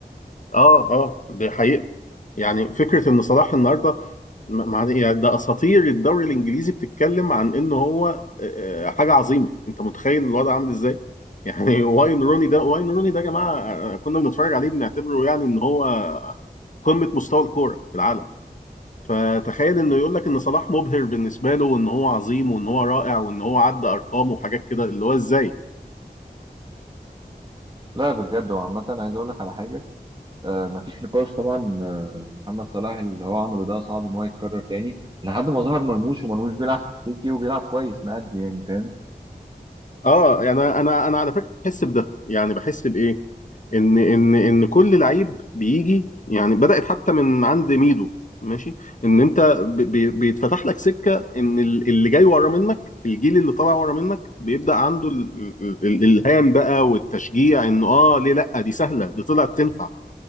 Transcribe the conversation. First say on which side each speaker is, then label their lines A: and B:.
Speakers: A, on the left; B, on the right.
A: اه اه دي حقيقة يعني فكره ان صلاح النهارده ما ما- يعني ده اساطير الدوري الانجليزي بتتكلم عن ان هو آه، حاجه عظيمه انت متخيل الوضع عامل ازاي يعني <laughs> واين روني ده واين روني ده يا جماعه آه، كنا بنتفرج عليه بنعتبره يعني ان هو قمه مستوى الكوره في العالم فتخيل انه يقول لك ان صلاح مبهر بالنسبه له وان هو عظيم وان هو رائع وان هو عدى ارقامه وحاجات كده اللي هو ازاي
B: لا بجد هو عامة عايز اقول لك على حاجة آه مفيش نقاش طبعا آه، محمد صلاح اللي هو عمله ده صعب ان هو يتكرر تاني لحد ما ظهر مرموش ومرموش بيلعب في السيتي وبيلعب كويس مأدي يعني فاهم
A: اه يعني انا انا على فكره بحس بده يعني بحس بايه ان ان ان كل لعيب بيجي يعني بدأت حتى من عند ميدو ماشي ان انت ب- بي- بيتفتح لك سكة ان ال- اللي جاي ورا منك الجيل اللي طالع ورا منك بيبدأ عنده ال- ال- ال- الالهام بقى والتشجيع انه اه ليه لا دي سهلة دي طلعت تنفع